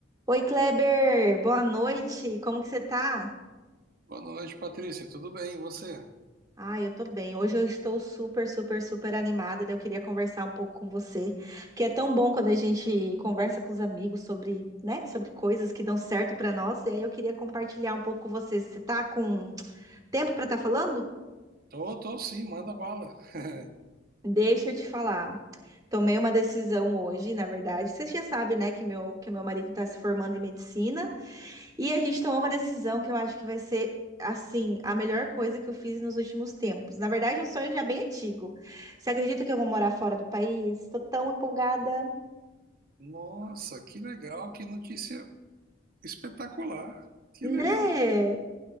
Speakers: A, on the right (about 20°); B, on the right (about 45°).
A: Oi, Kleber, boa noite. Como que você tá?
B: Boa noite, Patrícia. Tudo bem? E você?
A: Ah, eu tô bem. Hoje eu estou super, super, super animada. daí Eu queria conversar um pouco com você, que é tão bom quando a gente conversa com os amigos sobre, né, sobre coisas que dão certo pra nós. E aí eu queria compartilhar um pouco com você. Você tá com tempo pra estar falando?
B: Tô, tô sim, manda bala. <laughs>
A: Deixa eu te falar. Tomei uma decisão hoje, na verdade. Você já sabe, né, que meu que meu marido está se formando em medicina. E a gente tomou uma decisão que eu acho que vai ser, assim, a melhor coisa que eu fiz nos últimos tempos. Na verdade, é um sonho já bem antigo. Você acredita que eu vou morar fora do país? Tô tão empolgada,
B: Nossa, que legal, que notícia espetacular. Que
A: né?
B: legal.